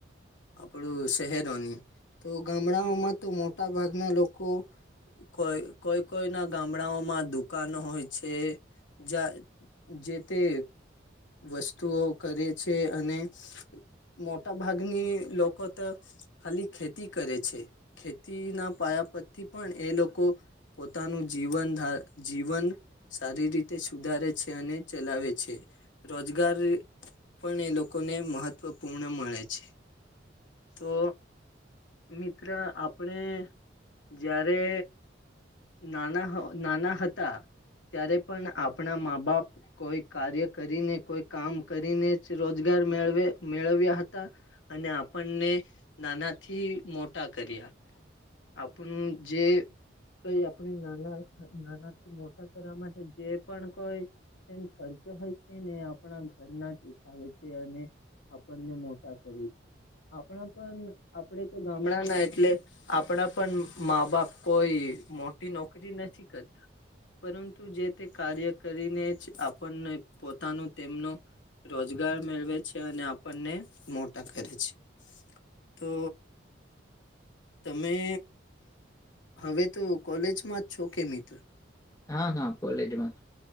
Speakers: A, on the left; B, on the left.
A: આપડું શહેરોની તો ગામડાઓમાં તો મોટા ભાગના લોકો કોઈ કોઈ કોઈ ના ગામડાઓમાં દુકાન હોય છે. જા જે તે વસ્તુઓ કરે છે અને મોટા ભાગની લોકો તો ખાલી ખેતી કરે છે ખેતીના પાયા પથી પણ એ લોકો પોતાનું જીવન ધા જીવન સારી રીતે સુધારે છે અને ચલાવે છે. રોજગાર એ પણ એ લોકોને મહત્વપૂર્ણ મળે છે. તો મિત્ર આપણે જ્યારે નાના હો નાના હતા ત્યારે પણ આપણા માં બાપ કોઈ કાર્ય કરીને કોઈ કામ કરીને જ રોજગાર મેળવે મેળવ્યા હતા. અને આપણને નાનાથી મોટા કર્યા આપણ જે કઈ આપણે નાના નાના થી મોટા કરમાં છે જે પણ કોઈ એમ ખર્ચો હોય છે ને આપણા ઘરના જ ઉઠાવે છે અને આપણને મોટા કરે છે. આપણા પણ આપણેે તો ગામડા ના એટલે આપડા પણ માં બાપ કોઈ મોટી નોકરી નથી કરતા. પરંતુ જે તે કાર્ય કરીને જ આપણને પોતાનું તેમનો રોજગાર મેળવે છે અને આપણને મોટા કરે છે. તો તમે હવે તો કોલેજમાં છો કે મિત્ર?
B: હા હા કોલેજમાં.